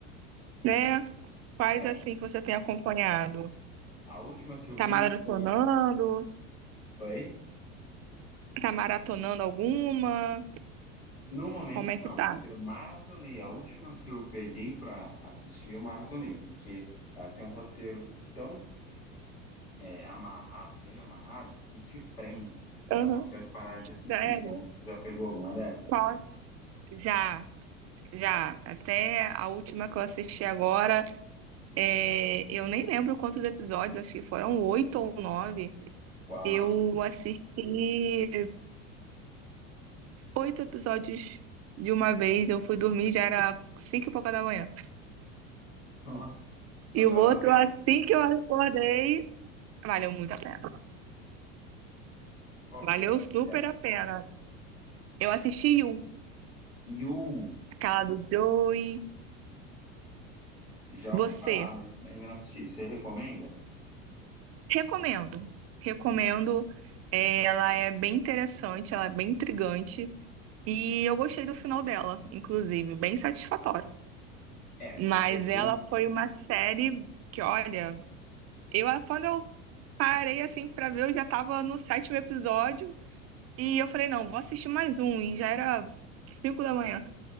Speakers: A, on the right; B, on the left.
A: né? Quais
B: É,
A: assim que você tem acompanhado?
B: a última que eu
A: Tá
B: vi
A: maratonando?
B: foi. Oi?
A: Tá maratonando alguma?
B: No momento,
A: Como é
B: não,
A: que tá?
B: mas eu maratonei. A última que eu peguei pra assistir, eu maratonei, porque ela tem um roteiro tão é, amarrado, bem amarrado, que te prende. Você
A: Aham.
B: não consegue parar de assistir,
A: Sério?
B: sabe? Já pegou alguma dessas?
A: Qual? Já, já. Até a última que eu assisti agora, é, eu nem lembro quantos episódios, acho que foram oito ou nove.
B: Uau!
A: Eu assisti oito episódios de uma vez. Eu fui dormir, já era cinco e pouca da manhã.
B: <laughs> Nossa! Mas
A: E o
B: valeu
A: outro,
B: a pena.
A: assim que eu acordei, valeu muito a pena.
B: Qual que
A: Valeu
B: era essa
A: super
B: série?
A: a pena. Eu assisti You,
B: You!
A: aquela do Joey.
B: Já
A: Você?
B: ouvi falar, mas ainda não assisti. Você recomenda?
A: Recomendo. Recomendo. É, ela é bem interessante, ela é bem intrigante. E eu gostei do final dela, inclusive, bem satisfatório.
B: É, porque
A: Mas
B: às vezes.
A: ela foi
B: <laughs>
A: uma série que, olha, eu quando eu parei assim pra ver, eu já tava no sétimo episódio. E eu falei, não, vou assistir mais um. E já era cinco da manhã,